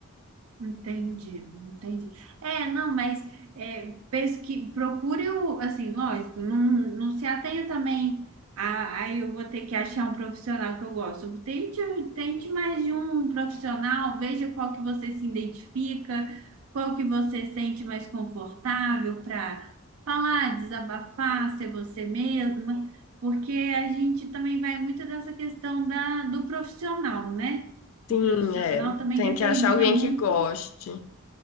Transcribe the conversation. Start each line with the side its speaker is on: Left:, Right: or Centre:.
Right: Entendi, entendi. É, não, mas é, pesqui, procure o, assim, lógico, não, não se atenha também a, aí eu vou ter que achar um profissional que eu gosto. Tente, tente mais de um profissional, veja qual que você se identifica, qual que você sente mais confortável para falar, desabafar, ser você mesma, porque a gente também vai muito dessa questão da, do profissional, né? O
Left: Sim,
Right: profissional
Left: é.
Right: também
Left: Tem
Right: determina
Left: que achar alguém
Right: muito
Left: que goste.